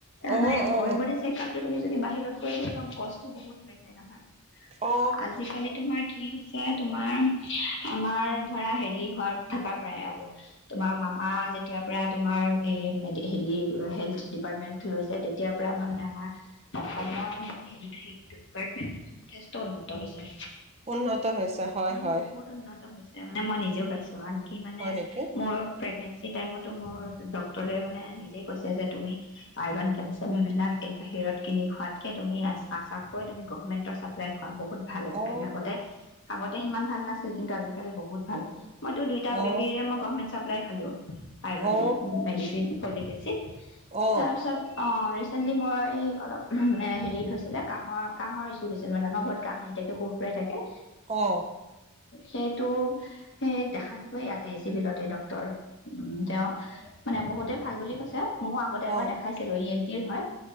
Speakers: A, on the right; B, on the left.
A: অ
B: মানে
A: অ
B: হ'ল বডী চেক-আপটো তুমি যদি বা হিৰত কৰিলে <unintelligible> কষ্টটো বহুত ওলাই যায় নহয়। আৰু
A: অ
B: আজিকালি তোমাৰ কি হৈছে এতিয়া তোমাৰ আমাৰ ধৰা হেৰি হোৱাৰ থাকাৰ পৰাই আৰু তোমাৰ মামা যে তেতিয়া পৰা তোমাৰ এ, হেৰি হেল্থ ডিপাৰ্টমেণ্ট লৈছে তেতিয়াৰ পৰা আমাৰ মানে, আমাৰ অসমৰ মানে <unintelligible> ডিপাৰ্টমেণ্টটো যথেষ্ট উন্নত হৈছে।
A: উন্নত হৈছে, হয়
B: উম
A: হয়।
B: বহুত উন্নত হৈছে মানে মই নিজেও পাইছো। <unintelligible> কি মানে,
A: হয় নেকি
B: মোৰ প্ৰেগনেঞ্চি টাইমত মোৰ ডক্তৰে মানে নিজে কৈছে যে তুমি আইৰন, কেলচিয়াম এইবিলাক এই বাহিৰত কিনি খোৱাতকে তুমি <unintelligible> কৈ তুমি গভমেন্টৰ চাপ্লাই খোৱা, বহু ভাল আজিকালি,
A: অ
B: আগতে, আগতে সিমান ভাল নাছিল, কিন্তু আজিকালি বহুত ভাল। মইটো দুইটা
A: অ
B: বেবীৰে মই গভমেট চাপ্লাই হেল্ল'? আইৰণ
A: অ
B: মেডিচিন হলে বেছি
A: অ
B: তাৰপিছত অ' <unintelligible> মই এই অলপ মানে হেৰি হৈছিলে কাঁহৰ, কাঁহৰ ইচ্যু হৈছিলে মানে অনবৰত কাঁহ আহি থাকে সুৰ-সুৰাই থাকে। অ'।
A: অ অ
B: সেইটো, সেই দেখালোগে ইয়াতে, চিভিলতে ড্ক্তৰ। তেওঁ, মানে বহুত <unintelligible> ভাল বুলি কৈছে। মইও আগতে এবাৰ
A: অ
B: দেখাইছিলো ই <unintelligible>